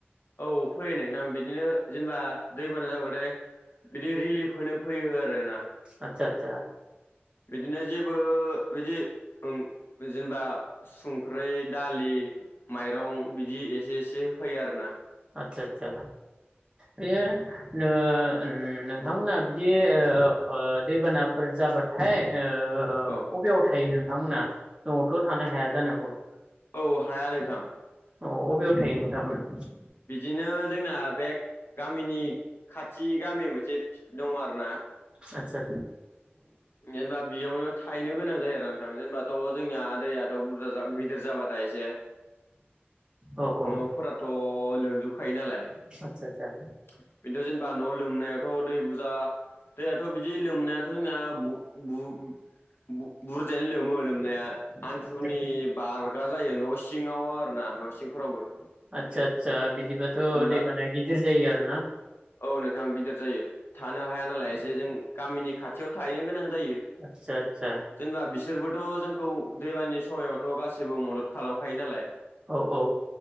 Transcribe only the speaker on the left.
औ फैयो नोथां बिदिनो जेनेबा दैमाबाना जाबाथाय बिदि रिलिफ होनो फैयो आरो ना।
बिदिनो जेबो बिदि ओं जों दा संख्रै, दालि, माइरं बिदि एसे एसे होफैयो आरो ना।
औ
औ हाया नोंथां।
बिदिनो जोंना बे गामिनि खाथि गामि मोनसे दङ आरोना।
जेनबा बेयावनो थाहैनो गोनां जायो आरोना नोंथां जेनेबाथ' जोंनिया दैयाथ' बुरजा गिदिर जाबाथाय एसे
न' फोराथ' लोंजोबखायो नालाय।
बिदिथ' जेनेबा न' लोमनायाथ' दै बुरजा दैयाथ' बिदि लोमनायाथ' जोंना बु-बु-बु बुरजायानो लोमो लोमनाया हिन्थुनि
बारगा जायो न' सिङाव आरोना न' सिंफोरावबो
जेनेबा
औ नोंथां गिदिर जायो थानो हाया नालाय एसे जों गामिनि खाथियाव थाहैनो गोनां जायो।
जेनबा बिसोरबोथ' जोंखौ दै बानानि समायाव थ' गासिबो मदद खालामखायो नालाय।